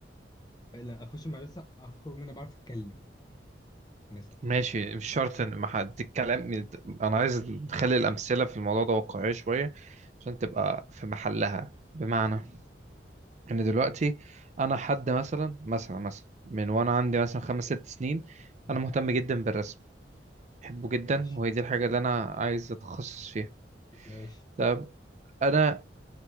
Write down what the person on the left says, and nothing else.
لا اخش مدرسه اخرج منها بعرف اتكلم مثلا
مثلا
مم.
ماشي
ماشي